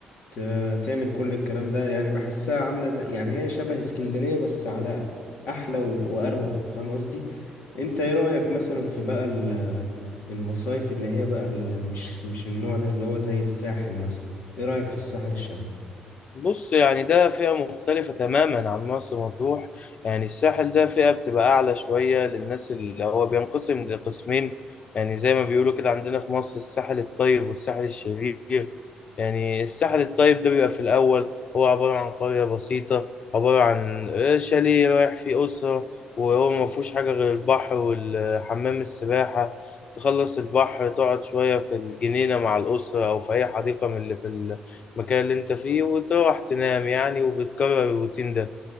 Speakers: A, on the left (about 65°); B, on the left (about 45°).
A: ت- تعمل كل الكلام ده يعني بحسها عاملة زي يعني هي شبه اسكندرية بس على أحلى و- وأروق فاهم قصدي؟ انت ايه رأيك مثلا في بقى ال- المصايف اللي هي بقى ال- مش مش النوع ده اللي هو زي الساحل مثلا ايه رأيك في الساحل الشمالي
B: بص يعني ده فئة مختلفة تماما عن مرسى مطروح يعني الساحل ده فئة بتبقى أعلى شوية للناس اللي هو بينقسم لقسمين يعني زي ما بيقولوا كده عندنا في مصر الساحل الطيب والساحل الشرير يعني الساحل الطيب ده بيبقى في الأول هو عبارة عن قرية بسيطة عبارة عن شاليه رايح فيه أسرة وهو ما فيهوش حاجة غير البحر والحمام السباحة تخلص البحر تقعد شوية في الجنينة مع الأسرة أو في أي حديقة من اللي في المكان اللي انت فيه وتروح تنام يعني وبتكرر الروتين ده